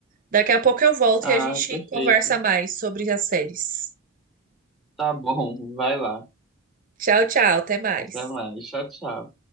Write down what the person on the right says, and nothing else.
Daqui a pouco eu volto
e a gente
conversa mais sobre as séries.
Tchau, tchau, até mais.